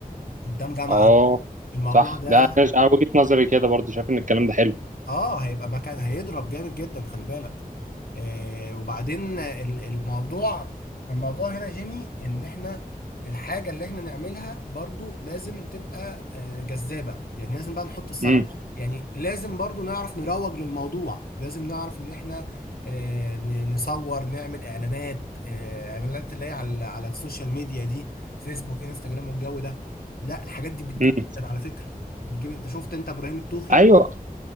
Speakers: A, on the left; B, on the right.
A: قدام جامعه
B: اه
A: الموضوع
B: صح
A: ده
B: ده انا ش- أنا وجهة نظري كده برضو شايف ان الكلام ده حلو
A: اه هيبقى مكان هيضرب جامد جدا خلي بالك آه وبعدين ال- الموضوع الموضوع هنا جيمي ان احنا الحاجة اللي احنا نعملها برضو لازم تبقى آه جذابة يعني لازم بقى نحط الصنعة
B: امم
A: يعني لازم برضو نعرف نروج للموضوع لازم نعرف ان احنا آه ن- نصور نعمل اعلانات آه اعلانات اللي هي على على السوشيال ميديا دي فيسبوك انستجرام والجو ده لا الحاجات دي بتجيب
B: امم
A: جدا على فكرة بتجيب انت شفت انت ابراهيم التوخي
B: ايوه اه